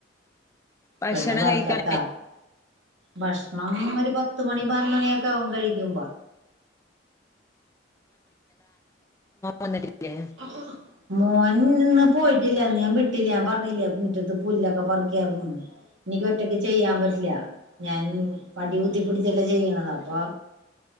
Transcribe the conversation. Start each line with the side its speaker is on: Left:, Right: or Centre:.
Left: ഭക്ഷണം
Right: പെണ്ണ് ബർക്കത്താ
Left: കഴിക്കാൻ
Right: ഭഷ്ണം ഒരു പത്തുമണി പൻമണിയൊക്കെ ആകും കഴിക്കുമ്പോ
Left: വന്നിട്ടില്ലേ
Right: ആഹാ മോൻ ഇന്ന് പോയിട്ടില്ലന്ന് ഞാൻ വിട്ടില്ല പറഞ്ഞില്ലേ മുറ്റത്ത് പുല്ലൊക്കെ പറിക്കിയരുന്നുന്ന് എനിക്ക് ഒറ്റക്ക് ചെയ്യാൻ പറ്റില്ല ഞാൻ പടി കുത്തിപ്പിടിച്ചല്ലേ ചെയ്യുന്നത് അപ്പൊ